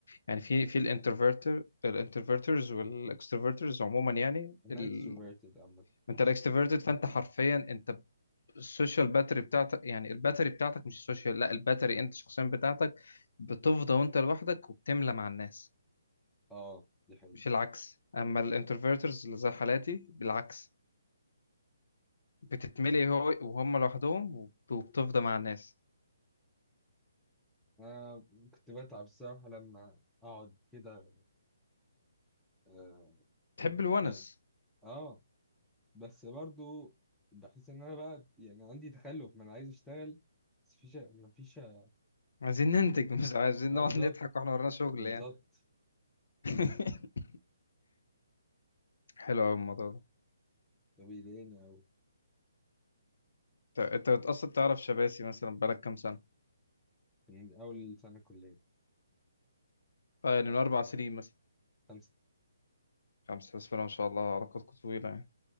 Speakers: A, on the left; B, in the centre.
A: يعني في في الانترفيرتر الانترفيرترز والإكستروفيرترز عموما يعني
B: انا
A: ال...
B: اكستروفيرتد عامه
A: أنت
B: فشخ.
A: الإكستروفيرتد فأنت حرفيا أنت السوشيال باتري بتاعتك يعني الباتري بتاعتك مش السوشيال لا الباتري انت شخصيا بتاعتك بتفضى وانت لوحدك وبتملى مع الناس
B: اه دي حقيقة
A: مش العكس اما الانتروفيرترز اللي زي حالاتي بالعكس بتتملي هو وهم لوحدهم وب- وبتفضى مع الناس
B: أنا كنت بتعب الصراحة لما أقعد كده آه,
A: تحب الونس
B: آه, آه بس برضو بحس إن أنا بقى يعني عندي تخلف ما أنا عايز أشتغل بس مفيش مفيش آه,
A: عايزين ننتج مش عايزين
B: آه
A: نقعد
B: بالظبط
A: نضحك واحنا ورانا شغل
B: بالظبط
A: يعني <laughs> حلو قوي الموضوع ده
B: فبيضايقني أوي
A: انت انت اصلا تعرف شباسي مثلا بقالك كام سنه
B: مم، أول سنة كلية
A: آه، يعني من اربع سنين مثلا
B: خمسة
A: خمسه بس ما شاء الله علاقتكم طويله يعني